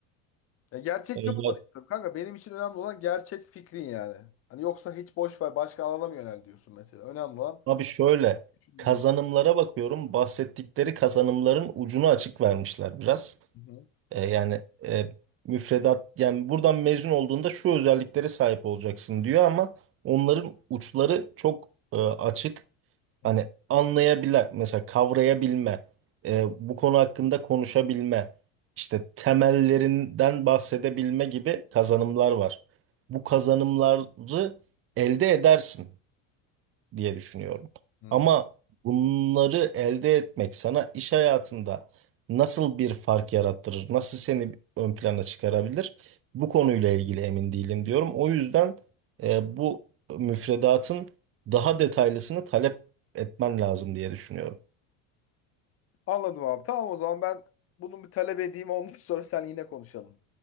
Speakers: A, on the left; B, on the right.
A: ya gerçekçi
B: E,
A: olmanı
B: ya-
A: istiyorum kanka. Benim için önemli olan gerçek fikrin yani. Hani yoksa hiç boş ver, başka alana mı yönel diyorsun mesela. Önemli olan
B: abi şöyle
A: düşündüğün.
B: kazanımlara bakıyorum bahsettikleri kazanımların ucunu açık vermişler biraz.
A: Hı hı,
B: E, yani e, müfredat yani buradan mezun olduğunda şu özelliklere sahip olacaksın diyor ama onların uçları çok e, açık.
A: hı
B: Hani
A: hı,
B: anlayabilen mesela kavrayabilme, e, bu konu hakkında konuşabilme, işte temellerinden bahsedebilme gibi kazanımlar var. Bu kazanımları elde edersin diye düşünüyorum.
A: hı.
B: Ama bunları elde etmek sana iş hayatında nasıl bir fark yarattırır, nasıl seni ön plana çıkarabilir? Bu konuyla ilgili emin değilim diyorum. O yüzden e, bu müfredatın daha detaylısını talep etmen lazım diye düşünüyorum.
A: Anladım abi. Tamam o zaman ben bunu bir talep edeyim. Ondan sonra sen yine konuşalım.